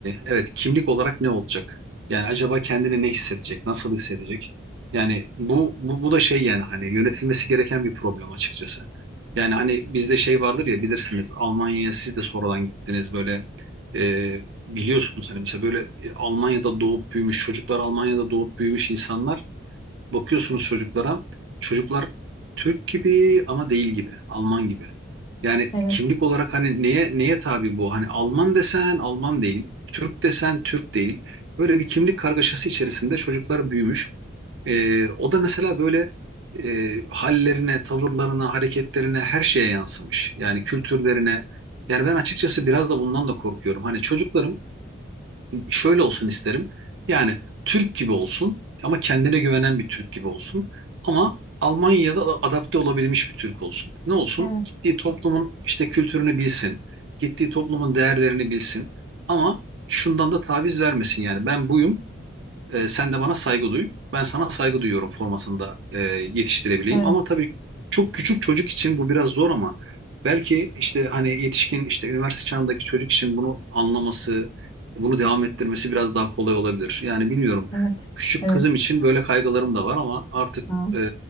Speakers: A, on the right; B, on the left.
A: evet kimlik olarak ne olacak? Yani acaba kendini ne hissedecek? Nasıl hissedecek? Yani bu, bu bu da şey yani hani yönetilmesi gereken bir problem açıkçası. Yani hani bizde şey vardır ya bilirsiniz Almanya'ya siz de sonradan gittiniz böyle e, biliyorsunuz hani mesela böyle e, Almanya'da doğup büyümüş çocuklar Almanya'da doğup büyümüş insanlar Bakıyorsunuz çocuklara. Çocuklar Türk gibi ama değil gibi. Alman gibi. Yani
B: Evet,
A: kimlik olarak hani neye neye tabi bu? Hani Alman desen Alman değil. Türk desen Türk değil. Böyle bir kimlik kargaşası içerisinde çocuklar büyümüş. Ee, o da mesela böyle e, hallerine, tavırlarına, hareketlerine her şeye yansımış. Yani kültürlerine. Yani ben açıkçası biraz da bundan da korkuyorum. Hani çocuklarım şöyle olsun isterim. Yani Türk gibi olsun ama kendine güvenen bir Türk gibi olsun. Ama Almanya'da da adapte olabilmiş bir Türk olsun. Ne olsun?
B: evet,
A: Gittiği toplumun işte kültürünü bilsin. Gittiği toplumun değerlerini bilsin. Ama şundan da taviz vermesin yani. Ben buyum e, sen de bana saygı duy. Ben sana saygı duyuyorum formasında e, yetiştirebileyim.
B: evet,
A: Ama tabii çok küçük çocuk için bu biraz zor ama belki işte hani yetişkin işte üniversite çağındaki çocuk için bunu anlaması, bunu devam ettirmesi biraz daha kolay olabilir. Yani bilmiyorum.
B: evet,
A: Küçük
B: evet.
A: kızım için böyle kaygılarım da var ama artık
B: Ya.
A: e,